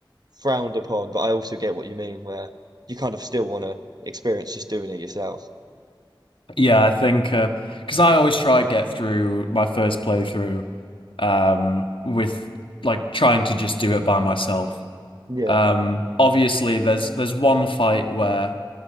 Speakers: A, on the right; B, on the left.
A: frowned upon, but I also get what you mean where you kind of still want to experience just doing it yourself.
B: Yeah, I think uh 'cause because I always try get through my first playthrough um with like trying to just do it by myself.
A: Yeah.
B: Um, obviously, there's there's one fight where